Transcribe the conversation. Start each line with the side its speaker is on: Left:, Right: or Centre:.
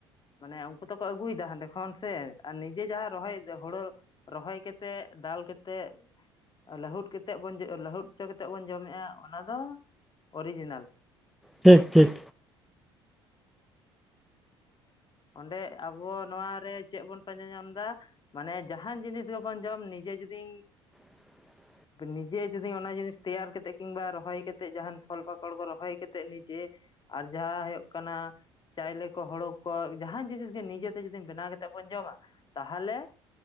Left: ᱢᱟᱱᱮ ᱩᱱᱠᱩ ᱛᱠᱚ ᱟᱹᱜᱩᱭᱫᱟ ᱦᱟᱸᱰᱮ ᱠᱷᱚᱱ ᱥᱮ ᱟᱨ ᱱᱤᱡᱮ ᱡᱟᱸᱦᱟ ᱨᱚᱦᱚᱭ ᱦᱳᱲᱳ ᱨᱚᱦᱚᱭ ᱠᱟᱛᱮᱜ ᱫᱟᱞ ᱠᱟᱛᱮᱜ ᱞᱟᱹᱦᱩᱫ ᱠᱟᱛᱮᱫ ᱵᱚᱱ ᱞᱟᱹᱦᱩᱫ ᱦᱚᱪᱚ ᱠᱟᱛᱮᱫ ᱵᱚᱱ ᱡᱚᱢᱮᱜᱼᱟ ᱚᱱᱟ ᱫᱚ ᱚᱨᱤᱡᱮᱱᱟᱞ
Centre: ᱴᱷᱤᱠ ᱴᱷᱤᱠ
Left: ᱚᱸᱰᱮ ᱟᱵᱚ ᱱᱚᱣᱟᱨᱮ ᱪᱮᱫ ᱵᱚᱱ ᱯᱟᱸᱡᱟ ᱧᱟᱢ ᱫᱟ ᱢᱟᱱᱮ ᱡᱟᱦᱟᱱ ᱡᱤᱱᱤᱥ ᱜᱮᱵᱚᱱ ᱡᱚᱢ ᱱᱤᱡᱮ ᱡᱩᱫᱤ
Centre: ᱥᱮᱸ ᱥᱮᱸ
Left: ᱱᱤᱡᱮ ᱡᱩᱫᱤ ᱚᱱᱟ ᱡᱤᱱᱤᱥ ᱛᱮᱭᱟᱨ ᱠᱟᱛᱮᱜ ᱠᱤᱝᱵᱟ ᱨᱚᱦᱚᱭ ᱠᱟᱛᱮᱜ ᱡᱟᱦᱟᱱ ᱯᱷᱚᱞ ᱯᱟᱠᱚᱲ ᱠᱚ ᱨᱚᱦᱚᱭ ᱠᱟᱛᱮᱜ ᱱᱤᱡᱮ ᱟᱨ ᱡᱟᱸᱦᱟ ᱦᱳᱭᱳᱜ ᱠᱟᱱᱟ ᱪᱟᱭᱞᱮ ᱠᱚ ᱦᱳᱲᱳ ᱛᱚ ᱡᱟᱦᱟᱱ ᱡᱤᱱᱤᱥ ᱜᱮ ᱱᱤᱡᱮᱛᱮ ᱡᱩᱫᱤ ᱵᱮᱱᱟᱣ ᱠᱟᱛᱮ ᱵᱚᱱ ᱡᱚᱢᱟ ᱛᱟᱦᱚᱞᱮ᱾